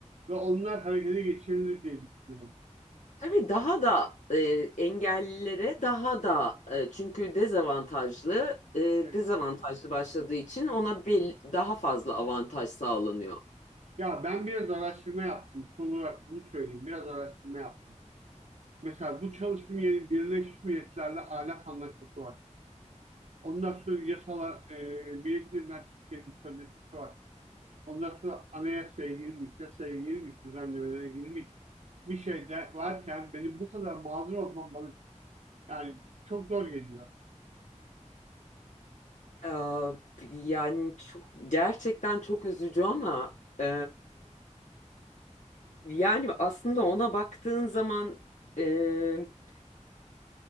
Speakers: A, on the right (about 60°); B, on the left (about 75°).
A: ve onlar harekete geçirilir diye düşünüyorum.
B: Tabii daha da e, engellilere daha da e, çünkü dezavantajlı e,
A: E,
B: dezavantajlı başladığı için ona bir daha fazla avantaj sağlanıyor.
A: Ya ben biraz araştırma yaptım. Son olarak bunu söyleyeyim. Biraz araştırma yaptım. Mesela bu çalıştığım yerin Birleşmiş Milletler'le ahlak anlaşması var. Ondan sonra yasalar, e, Birleşmiş Türkiye'nin sözleşmesi var. Ondan sonra anayasaya girmiş, yasaya girmiş, düzenlemelere girmiş bir şey de varken benim bu kadar mağdur olmam bana Yani çok zor geliyor.
B: Ee, yani çok gerçekten çok üzücü ama e, yani aslında ona baktığın zaman e, <laughs>